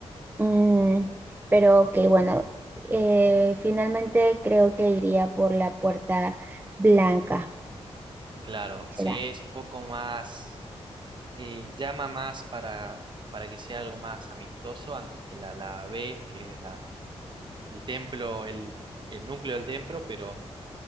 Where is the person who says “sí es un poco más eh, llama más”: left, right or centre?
Right